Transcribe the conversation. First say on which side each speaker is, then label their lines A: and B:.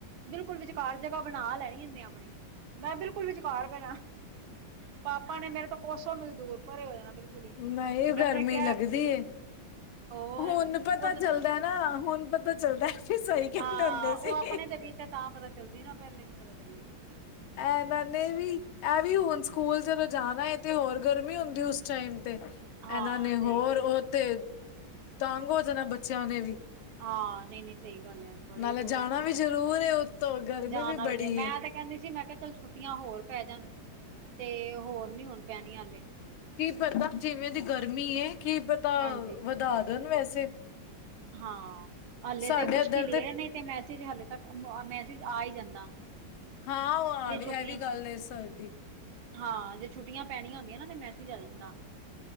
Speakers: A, on the right (about 80°); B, on the left (about 90°).
A: ਬਿਲਕੁਲ ਵਿਚਕਾਰ ਜਗ੍ਹਾ ਬਣਾ ਲੈਣੀ ਏ ਇਨੇ ਆਪਣੀ। ਮੈਂ ਬਿਲਕੁਲ ਵਿਚਕਾਰ ਬੈਣਾ। ਪਾਪਾ ਨੇ ਮੇਰੇ ਤੋਂ ਕੋਸੋ ਮੀਲ ਦੂਰ, ਪਰੇ ਹੋ ਜਾਣਾ ਬਿਲਕੁਲ। ਹੀ
B: ਨਹੀਂ
A: ਤੇ ਕਹਿੰਦੇ
B: ਗਰਮੀ
A: ਇੱਕ
B: ਲੱਗਦੀ ਏ,
A: ਹੋਰ
B: ਹੁਣ ਪਤਾ
A: ਉਧਰੋਂ
B: ਚੱਲਦਾ ਨਾ, ਹੁਣ ਪਤਾ ਚੱਲਦਾ ਵੀ ਸਹੀ ਕਹਿੰਦੇ
A: ਹਾਂ,
B: ਹੁੰਦੇ
A: ਉਹ
B: ਸੀ।
A: ਆਪਣੇ ਤੇ ਬੀਤੇ ਤਾਂ ਪਤਾ ਚੱਲਦੀ ਨਾ, ਪਹਿਲੇ ਨੀ ਪਤਾ ਚੱਲਦੀ।
B: ਇਹਨਾਂ ਨੇ ਵੀ ਇਹ ਵੀ ਹੁਣ ਸਕੂਲ ਜਦੋਂ ਜਾਣਾ ਏ ਤੇ ਹੋਰ ਗਰਮੀ ਹੁੰਦੀ ਉਸ ਟਾਈਮ ਤੇ। ਇਹਨਾਂ
A: ਹਾਂ
B: ਨੇ ਹੋਰ,
A: ਸਹੀ ਗੱਲ
B: ਉਹ ਤੇ ਤੰਗ ਹੋ ਜਾਣਾ ਬੱਚਿਆਂ ਨੇ ਵੀ।
A: ਹਾਂ, ਨਹੀਂ -ਨਹੀਂ ਸਹੀ ਗੱਲ ਹੈ। ਬੜੇ
B: ਨਾਲੇ
A: ਬੁਰਾ
B: ਜਾਣਾ
A: ਹਾਲ।
B: ਵੀ ਜ਼ਰੂਰ ਏ ਉਤੋਂ ਗਰਮੀ
A: ਜਾਣਾ
B: ਬੜੀ
A: ਵੀ ਏ, ਮੈਂ ਤੇ ਕਹਿੰਦੇ ਸੀ, ਮੈਂ ਕਿਹਾ ਚੱਲ ਛੁੱਟੀਆਂ ਹੋਰ ਪੈ ਜਾਣ। ਤੇ ਹੋਰ ਨਹੀ ਹੁਣ ਪੈਣੀਆਂ ਹਲੇ।
B: ਕੀ ਪਤਾ, ਜਿਵੇਂ ਦੀ ਗਰਮੀ ਏ। ਕੀ ਪਤਾ
A: ਹਾਂਜੀ
B: ਵਧਾ ਦੇਣ ਵੈਸੇ।
A: ਹਾਂ। ਹਲੇ
B: ਸਾਡੇ
A: ਤੇ ਮੁਸ਼ਕਿਲ
B: ਇੱਧਰ
A: ਹੀ ਏ, ਨਹੀਂ ਤੇ ਮੈਸੇਜ ਹਲੇੇ ਤੱਕ, ਮੈਸੇਜ ਆ ਹੀ ਜਾਂਦਾ।
B: ਹਾਂ ਉਹ ਆ
A: ਜੇ
B: ਵੇ,
A: ਛੁੱਟੀਆਂ
B: ਇਹ ਵੀ ਗੱਲ ਏ ਸਾਡੀ।
A: ਹਾਂ ਜੇ ਛੁੱਟੀਆਂ ਪੈਣੀਆਂ ਹੁੰਦੀਆਂ ਨਾ ਤੇ ਮੈਸਿਜ ਆ ਜਾਂਦਾ।